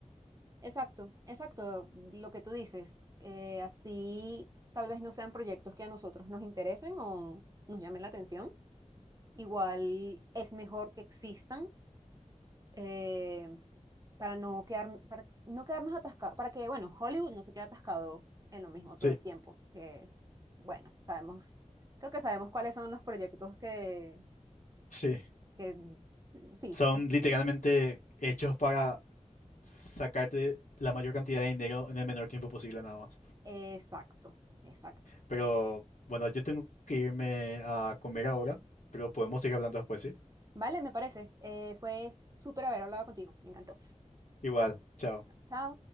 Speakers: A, on the right; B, on the left.
A: Exacto, exacto, lo que tú dices. Eh, así tal vez no sean proyectos que a nosotros nos interesen o nos llamen la atención. Igual es mejor que existan. eh, para no quedar, para no quedarnos atascados, para que, bueno, Hollywood no se quede atascado en lo mismo
B: Sí,
A: todo el tiempo, que, bueno, sabemos, creo que sabemos cuáles son los proyectos que,
B: sí.
A: que, que- mm, sí,
B: Son
A: es-
B: literalmente hechos para sacarte la mayor cantidad de dinero en el menor tiempo posible nada más.
A: exacto, exacto.
B: Pero bueno, yo tengo que irme a comer ahora, pero podemos seguir hablando después, ¿sí?
A: Vale, me parece. Eh, fue súper haber hablado contigo, me encantó.
B: Igual, chao.
A: Chao.